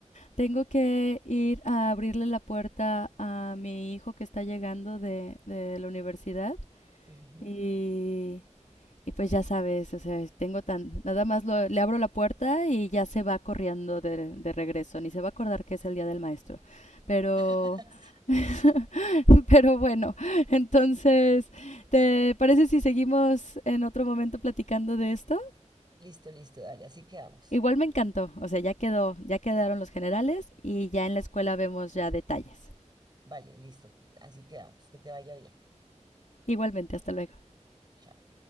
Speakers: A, on the left; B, on the right.
A: Tengo que ir a abrirle la puerta a mi hijo que está llegando de, de la universidad
B: Ujú.
A: y, y pues ya sabes, o sea, tengo tan, nada más lo- le abro la puerta y ya se va corriendo de, de regreso, ni se va a acordar que es el día del maestro. Pero,
B: <laughs> Sí.
A: <laughs> pero bueno, entonces, ¿te parece si seguimos en otro momento platicando de esto?
B: Listo, listo, dale, así quedamos.
A: Igual me encantó, o sea, ya quedó, ya quedaron los generales y ya en la escuela vemos ya detalles.
B: Vale, listo, así quedamos. Que te vaya bien.
A: Igualmente, hasta luego.
B: Chao.